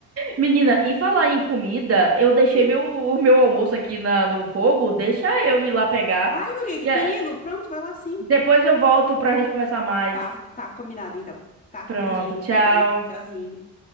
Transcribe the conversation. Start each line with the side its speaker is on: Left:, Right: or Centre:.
Right: Menina, em falar em comida, eu deixei
Left: <laughs>
Right: meu, o meu almoço aqui na, no fogo. Deixa eu ir lá pegar.
Left: Ai, guria, que
Right: E
Left: perigo.
Right: eh,
Left: Pronto, vai lá sim.
Right: depois eu volto pra gente conversar mais.
Left: Tá, tá, combinado então. Tá?
Right: Pronto,
Left: Beijinho,
Right: tchau.
Left: fica bem. Tchauzinho.